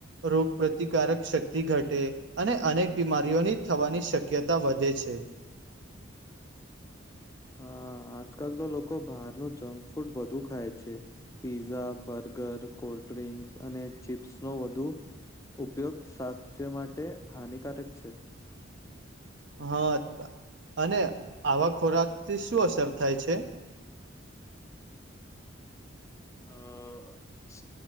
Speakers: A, on the right; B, on the left.
A: રોગ પ્ર્રતિકારક શક્તિ ઘટે અને અનેક બીમારીઓની થવાની શક્યતા વધે છે.
B: હા આજકાલ તો લોકો બહાર નુ જંક ફૂડ વધુ ખાય છે. પીઝા બર્ગર કોલ્ડ ડ્રિંક્સ અને ચીપ્સ નો વધુ ઉપયોગ સ્વાસ્થ્ય માટે હાનિકારક છે.
A: હા અને આવા ખોરાક થી શું અસર થાય છે.
B: અ. સ્